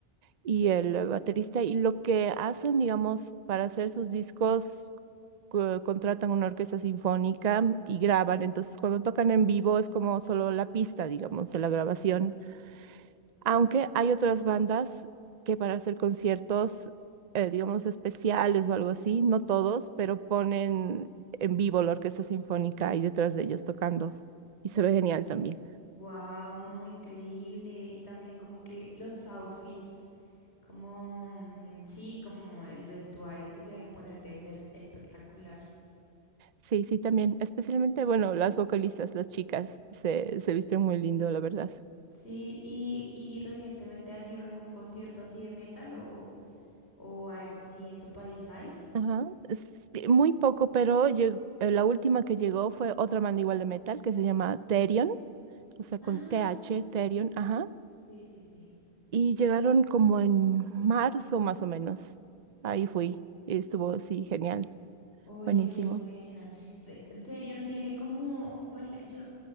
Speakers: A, on the right (about 45°); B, on the left (about 70°).
A: y el baterista. Y lo que hacen, digamos, para hacer sus discos, co- contratan una orquesta sinfónica y graban. Entonces, cuando tocan en vivo es como solo la pista, digamos, de la grabación. Aunque hay otras bandas que para hacer conciertos, eh, digamos, especiales o algo así, no todos, pero ponen en vivo la orquesta sinfónica ahí detrás de ellos tocando. Y se ve genial también.
B: Wow, no, increíble. Y también como que los outfits, como, mm, sí, como el vestuario que se deben poner debe ser espectacular.
A: Sí, sí, también. Especialmente, bueno, las vocalistas, las chicas, se, se visten muy lindo, la verdad.
B: Sí, y, y recientemente has ido a algún concierto así de metal o, o algo así en tu país hay?
A: Ajá. Sí, muy poco, pero lleg- eh, la última que llegó fue otra banda igual de metal que se llama Therion, o sea, con
B: Ah,
A: T H Therion, ajá.
B: sí, sí, sí.
A: Y llegaron como en marzo más o menos. Ahí fui. Y estuvo, sí, genial.
B: Oye,
A: Buenísimo.
B: qué buena. Fe- Therion tiene como, ¿cuál? Yo